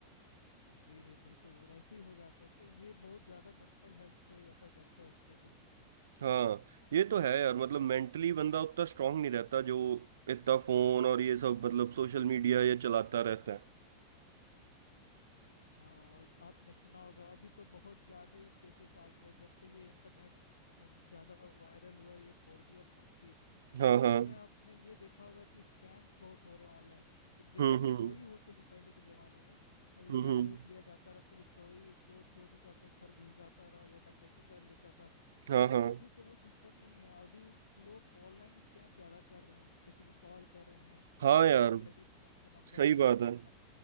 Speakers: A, on the left (about 75°); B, on the right (about 60°).
A: जी जी बिल्कुल और ऐसे ही हो जाता है तो ये बहुत ज्यादा मेंटल हेल्थ पे असर करता है उसके तो
B: हाँ ये तो है यार मतलब मेंटली बंदा उतना स्ट्रांग नहीं रहता जो इतना फोन और ये सब मतलब सोशल मीडिया ये चलाता रहता है
A: हाँ और आपने सुना होगा अभी तो बहुत ज़्यादा ही केसेस आ गए जब से ये इंटरनेट ज़्यादा वायरल हुआ है ये फोर जी और फाइव जी
B: हाँ
A: तो
B: हाँ
A: उसमें आपने ये देखा होगा कि स्कैम्स बहुत हो रहे हैं ऑनलाइन जैसे
B: हम्म
A: कि
B: हम्म
A: चोरी होते थे पहले के ज़माने में अ,
B: हम्म
A: घर
B: हम्म
A: लूट लिया जाता रहा कोई चोरी चोर चोरी करने घर घुस जाता रहा या डकैती कर लेता था
B: हाँ
A: लेकिन
B: हाँ
A: अभी का वो सिस्टम नहीं है अभी लोग ऑनलाइन स्कैम ज़्यादा कर रहे हैं किसी को कॉल कर रहे हैं
B: हाँ
A: तो कभी
B: यार
A: क्रेडिट कार्ड का नंबर
B: सही
A: या
B: बात
A: फिर इसका
B: है